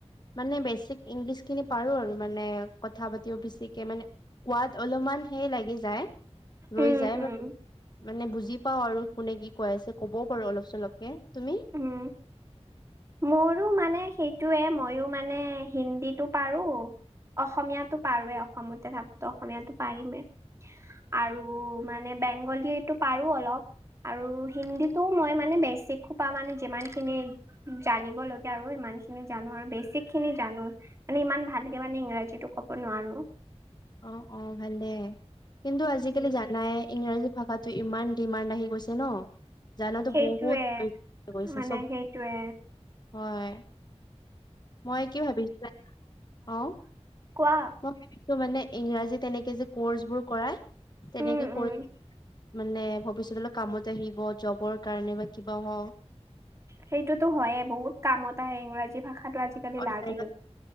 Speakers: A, on the left (about 40°); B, on the right (about 25°).
A: মানে বেচিক ইংলিছ খিনি পাৰো আৰু মানে কথা পাতিব বেছিকে মানে। সোৱাদ অলপমান হে লাগি যায়। ৰৈ
B: উম
A: যায়
B: উম উম
A: মানে বুজি পাও আৰু কোনে কি কৈ আছে ক'বও পাৰো অলপ চলপকে। তুমি
B: উম মোৰো মানে সেইটোৱে মইো মানে হিন্দীটো পাৰো অসমীয়াতো পাৰোৱে অসমতে থাকো ত। অসমীয়াটো পাৰিমেই আৰু মানে বেংগলীটো পাৰো অলপ। আৰু হিন্দীটো মই মানে বেছি খুব পা মানে যিমান খিনি জানিব লগীয়া আৰু সিমান খিনি জানো আৰু বেছিক খিনি জানো মানে। ইমান ভালকে মানে ইংৰাজীতো ক'ব নোৱাৰো।
A: অ অ ভালে। কিন্তু আজিকালি
B: উম,
A: জানাই, ইংৰাজী ভাষা ইমান ডিমাণ্ড আহি গৈছে ন এক- জানাটো
B: সেইটোৱে
A: বহুত <unintelligible>
B: মানে
A: চব,
B: সেইটোৱে
A: হয়। মই কি ভাবিছো <unintelligible> অ
B: কোৱা
A: মই <unintelligible> মানে ইংৰাজী তেনেকে যে কৰ্চবোৰ কৰাই তেনেকে
B: উম উম
A: কৰি মানে ভৱিষ্যতত অলপ কামত আহিব জবৰ কাৰণে বা কিবা হওঁক।
B: সেইটোতো হইয়ে। বহুত কামত আহে ইংৰাজী ভাষাটো আজিকালি
A: অনলাইনত,
B: লাগেই